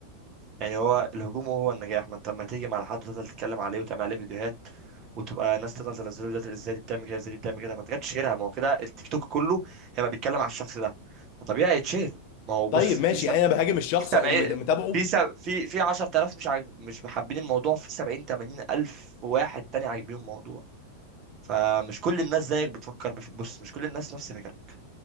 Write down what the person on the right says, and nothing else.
يعني هو الهجوم هو هو النجاح ما انت لما تيجي مع حد وتفضل تتكلم عليه وتعمل عليه فيديوهات وتبقى ناس تفضل تنزله فيديوهات ازاي دي بتعمل كده ازاي دي بتعمل كده ما انت جاتش شيرها ما هو كده التيك توك كله هيبقى بيتكلم على الشخص ده فطبيعي يتشهر ما هو
بص
في سب...
في سبعين
في سب... في في 10000 مش عاج... مش محبين الموضوع في 70 80 الف واحد تاني عاجبين الموضوع فمش كل الناس زيك بتفكر بف... بص مش كل الناس نفس فكرك